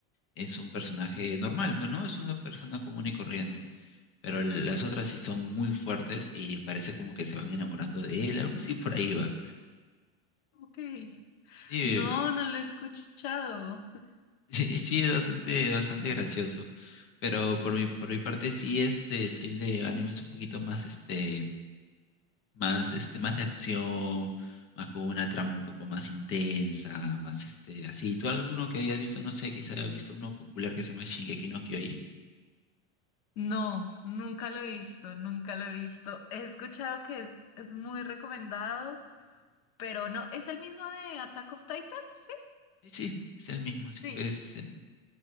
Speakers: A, on the left (about 30°); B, on the left (about 85°).
A: es un personaje normal, pues, ¿no? Es una persona común y corriente, pero el- las otras sí son muy fuertes y parece como que se van enamorando de él, algo así por ahí va.
B: Ok.
A: Sí,
B: No, no lo he escuchado.
A: <laughs> Sí, sí, es bastante, bastante gracioso. Pero por mi, por mi parte sí, este, soy de animes un poquito más, este, más, este, más de acción, más con una trama un poco más intensa, más, este, así. ¿Tú alguno que hayas visto? No sé, quizá hayas visto uno popular que se llama Shingeki no Kyojin.
B: No, nunca lo he visto, nunca lo he visto. He escuchado que es, es muy recomendado, pero no, es el mismo de Attack of Titan, sí,
A: Sí, sí, es el mismo, sino
B: sí.
A: que es... en-